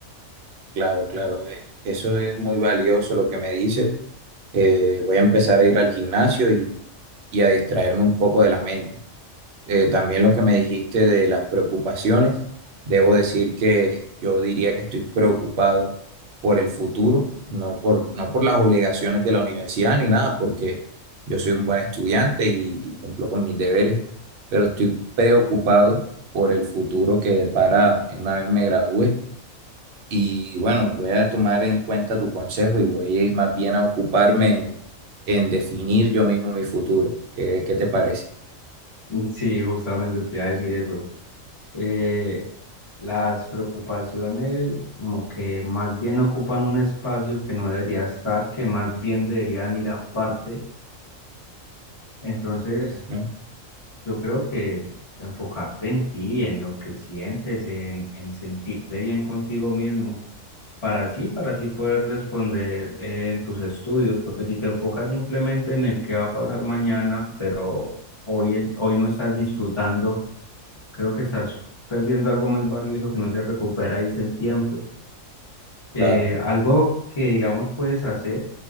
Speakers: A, on the right; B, on the left.
A: claro, claro. eh, Eso es muy valioso lo que me dices. Eh, voy a empezar a ir al gimnasio y, y a distraerme un poco de la mente. Eh, también lo que me dijiste de las preocupaciones, debo decir que yo diría que estoy preocupado por el futuro, no por, no por las obligaciones de la universidad ni nada, porque yo soy un buen estudiante y, y cumplo con mis deberes, pero estoy preocupado por el futuro que depara una vez me gradúe. Y bueno, voy a tomar en cuenta tu consejo y voy más bien a ocuparme en, en definir yo mismo mi futuro. ¿Qué, qué te parece?
B: Sí, justamente te iba a decir eso. Eh, las preocupaciones como que más bien ocupan un espacio que no debería estar, que más bien deberían ir aparte. Entonces...
A: ¿No?
B: Yo creo que enfocarte en ti, en lo que sientes, en, en sentirte bien contigo mismo, para así, para así poder responder en tus estudios, porque si te enfocas simplemente en el que va a pasar mañana, pero hoy, es- hoy no estás disfrutando, creo que estás perdiendo algo muy valioso que no se recupera y es el tiempo. Eh,
A: Claro.
B: algo que, digamos, puedes hacer,